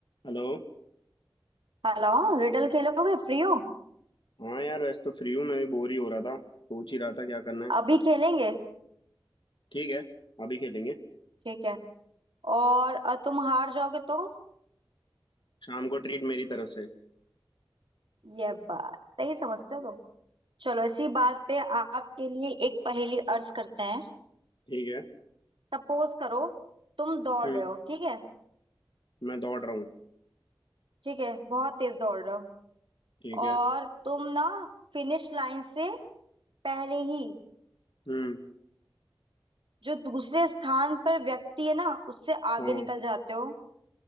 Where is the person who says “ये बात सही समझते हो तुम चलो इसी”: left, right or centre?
Right